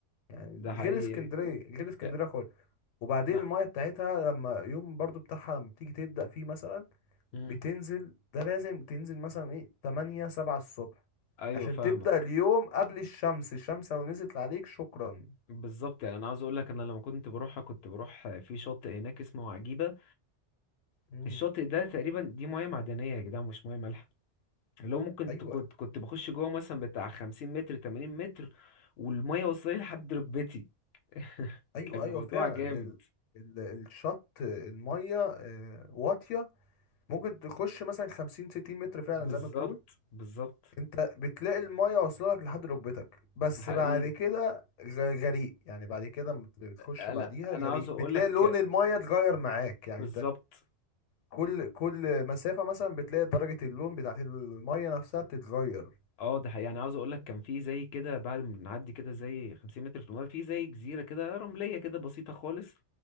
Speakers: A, on the left (about 80°); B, on the left (about 65°).
A: يعني
B: ده
A: غير
B: حقيقي
A: اسكندرية غير اسكندرية
B: يا-
A: خالص وبعدين
B: لا
A: المية بتاعتها لما يوم برضو بتاعها لما بتيجي تبدأ فيه مثلا
B: مم.
A: بتنزل ده لازم تنزل مثلا ايه 8 7 الصبح
B: ايوه
A: عشان
B: فاهمك
A: تبدأ اليوم قبل الشمس الشمس لو نزلت عليك شكرا
B: بالظبط يعني انا عاوز اقول لك انا لما كنت بروحها كنت بروح في شاطئ هناك اسمه عجيبه
A: مم.
B: الشاطئ ده تقريبا دي ميه معدنيه يا جدعان مش ميه مالحه اللي هو ممكن
A: ايوه
B: ت- كنت كنت بخش جوه مثلا بتاع 50 متر 80 متر والميه وصلت لي لحد ركبتي <laughs>
A: ايوه
B: كان الموضوع
A: ايوه فعلا
B: جامد
A: ال... ال... الشط الميه آه، واطيه ممكن تخش مثلا 50 60 متر فعلا
B: بالظبط
A: زي ما بتقول
B: بالظبط
A: انت بتلاقي الميه واصله لك لحد ركبتك بس
B: ده حقيقي
A: بعد كده غ- غريق يعني بعد كده لما بتخش
B: انا
A: بعديها
B: انا
A: غريق
B: عاوز اقول
A: بتلاقي
B: لك
A: لون الميه اتغير معاك يعني
B: بالظبط
A: كل كل مسافة مثلا بتلاقي درجة اللون بتاعت المية نفسها بتتغير
B: اه ده حقيقي يعني عاوز اقول لك كان في زي كده بعد ما بنعدي كده زي 50 متر في الميه في زي جزيره كده رمليه كده بسيطه خالص